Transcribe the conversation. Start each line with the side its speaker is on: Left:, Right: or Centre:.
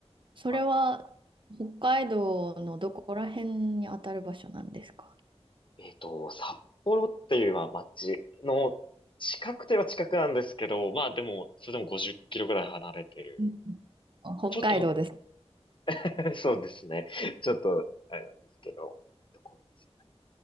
Right: それは北海道のどこら辺に当たる場所なんですか
Left: まあ、えっと、札幌っていうまあ街の近くては近くなんですけど、まあでも、それでも50キロぐらい離れてる。
Right: うんあ北海道です。
Left: ちょっと <laughs> そうですね。ちょっと、あれなんですけど。こう